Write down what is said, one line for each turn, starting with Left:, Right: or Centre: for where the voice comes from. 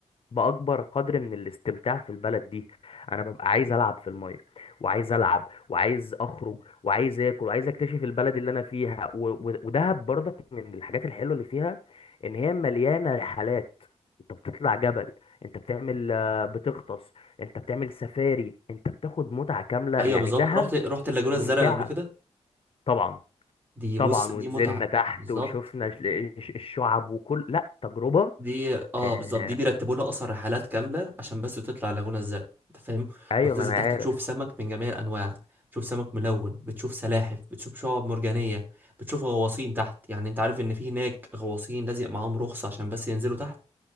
Left: باكبر قدر من الاستمتاع في البلد دي انا ببقى عايز العب في الميه وعايز العب وعايز اخرج وعايز اكل وعايز اكتشف البلد اللي انا فيها و... و... ودهب برضك من الحاجات الحلوه اللي فيها ان هي مليانه رحلات انت بتطلع جبل انت بتعمل آه، بتغطس انت بتعمل سفاري انت بتاخد متعه كامله
Right: ايوه
Left: يعني
Right: بالظبط
Left: دهب
Right: رحت رحت اللاجونة
Left: ممتعه
Right: الزرقاء قبل كده
Left: طبعا
Right: دي
Left: طبعا
Right: بص دي
Left: ونزلنا
Right: متعة
Left: تحت
Right: بالظبط
Left: وشفنا ش- ش- الشعب وكل لا تجربه
Right: دي اه
Left: آه،
Right: بالظبط دي بيرتبوا لها اصلا رحلات كامله عشان بس تطلع اللاجونه الزرقاء انت فاهم
Left: ايوه
Right: وتنزل
Left: ما انا
Right: تحت
Left: عارف
Right: تشوف سمك من جميع الانواع تشوف سمك ملون بتشوف سلاحف بتشوف شعاب مرجانيه بتشوف غواصين تحت يعني انت عارف ان في هناك غواصين لازق معاهم رخصه عشان بس ينزلوا تحت